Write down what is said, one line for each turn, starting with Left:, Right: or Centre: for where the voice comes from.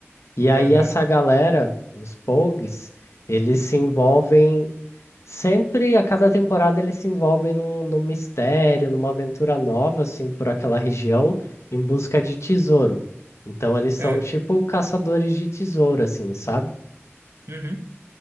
Left: E aí
Right: aham,
Left: essa galera, os pogues, eles se envolvem Sempre, a cada temporada, eles se envolvem num, num mistério, numa aventura nova, assim, por aquela região, em busca de tesouro. Então, eles são
Right: é,
Left: tipo caçadores de tesouro, assim, sabe?
Right: uhum.